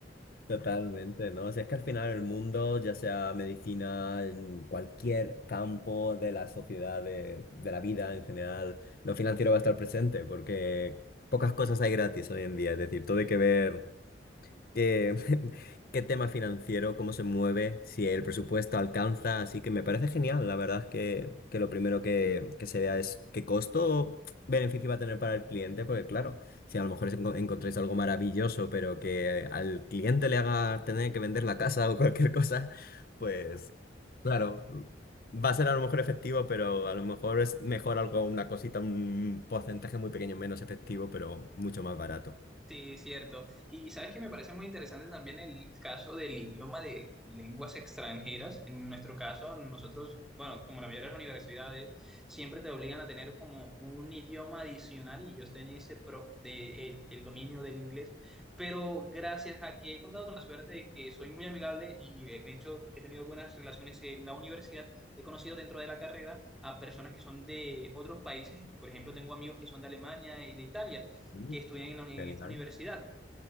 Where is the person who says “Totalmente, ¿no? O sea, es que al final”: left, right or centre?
Left